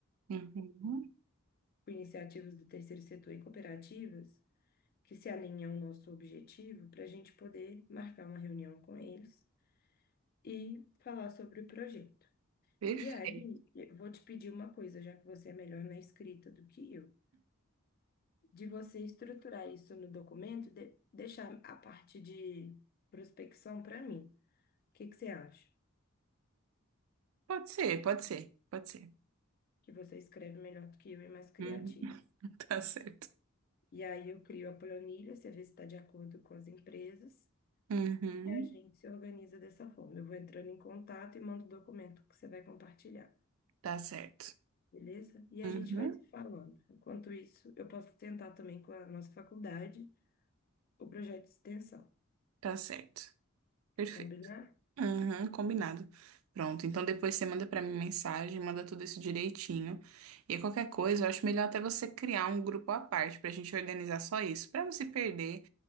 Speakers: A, on the right (about 80°); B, on the left (about 45°).
A: Uhum,
B: com iniciativas do terceiro setor e cooperativas que se alinham ao nosso objetivo para a gente poder marcar uma reunião com eles e falar sobre o projeto.
A: perfeito.
B: E aí, eu vou te pedir uma coisa, já que você é melhor na escrita do que eu. de você estruturar isso no documento, de- deixar a parte de prospecção para mim. O que que você acha?
A: Pode ser, pode ser, pode ser.
B: Que você escreve melhor do que eu e mais criativo.
A: Uhum. <laughs> Tá certo.
B: E aí eu crio a planilha, você vê se está de acordo com as empresas
A: Uhum.
B: e a gente se organiza dessa forma. Eu vou entrando em contato e mando o documento que você vai compartilhar,
A: Tá certo.
B: beleza? E a
A: Uhum.
B: gente vai se falando. Enquanto isso, eu posso tentar também com a nossa faculdade o projeto de extensão.
A: Tá certo. Perfeito.
B: Combinar?
A: Uhum. Combinado. Pronto. Então depois você manda pra mim mensagem, manda tudo isso direitinho. E qualquer coisa, eu acho melhor até você criar um grupo à parte pra gente organizar só isso, pra não se perder